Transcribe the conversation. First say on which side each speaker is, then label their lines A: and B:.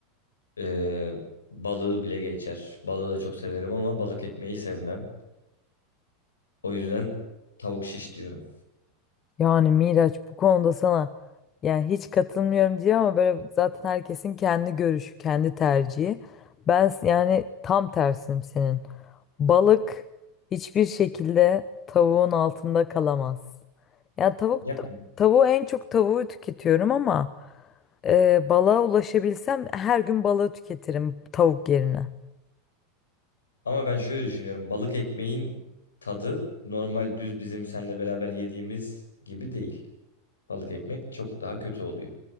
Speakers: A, on the left; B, on the left.
A: Ee, balığı bile geçer. Balığı da çok severim ama balık ekmeği sevmem. O yüzden tavuk şiş diyorum.
B: Yani Miraç bu konuda sana yani hiç katılmıyorum diyor ama böyle zaten herkesin kendi görüşü, kendi tercihi. Ben s- yani tam tersinim senin. Balık hiçbir şekilde tavuğun altında kalamaz. Yani tavuk
A: Ya
B: tavuğu en çok tavuğu tüketiyorum ama e, balığa ulaşabilsem her gün balığı tüketirim tavuk yerine.
A: Ama ben şöyle düşünüyorum. Balık ekmeğin tadı normal düz bizim seninle beraber yediğimiz gibi değil. Balık ekmek çok daha kötü oluyor.